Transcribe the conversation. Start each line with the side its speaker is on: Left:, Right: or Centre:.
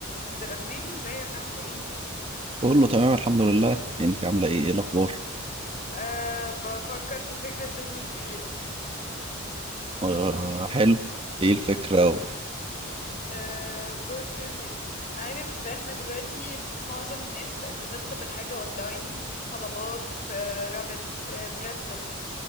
Left: عبد الرحمن ازيك عامل ايه
Right: بقول له تمام الحمد لله إيه، انت عامله ايه ايه الاخبار
Left: أه بفكر في فكرة بيزنس جديدة
Right: آه حلو ايه الفكره و...
Left: أه بص يا سيدي عارف احنا دلوقتي معظم الناس بقت بتطلب الحاجة اونلاين طلبات أه رابط أه بريدفاست